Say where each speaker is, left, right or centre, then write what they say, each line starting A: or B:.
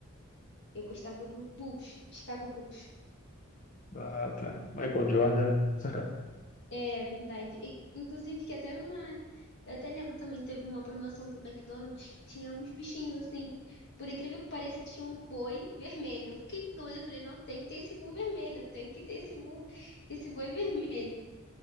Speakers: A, on the left; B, on the left.
A: eu gostava do Bulls, Chicago Bulls.
B: Ah, tá. Michael Jordan, né? <laughs>
A: É verdade. E, inclusive, que até uma. Eu até lembro também, teve uma promoção do McDonald's que tinha uns bichinhos assim. Por incrível que pareça, tinha um boi vermelho. Eu fiquei doida. Eu falei, não, tem que ter esse boi vermelho. Tem que ter esse boi, esse boi vermelho.